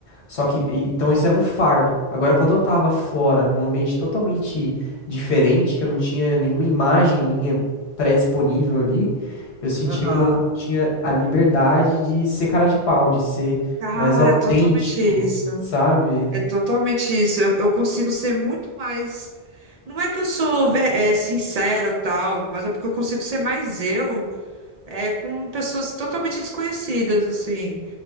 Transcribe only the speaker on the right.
Aham.
Cara,
totalmente isso.
É totalmente isso. Eu, eu consigo ser muito mais. Não é que eu sou ve- é, sincera ou tal, mas é porque eu consigo ser mais eu é, com pessoas totalmente desconhecidas, assim.